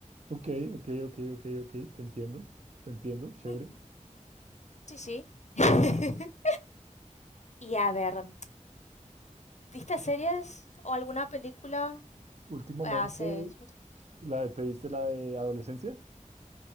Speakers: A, on the right; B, on the left.
A: Ok, ok, ok, ok, ok, te entiendo, te entiendo, chévere.
B: <laughs> Ujú, Sí, sí. <laughs> Y a ver, ¿viste series o alguna película
A: Últimamente,
B: hace
A: la de, ¿te diste la de adolescencia?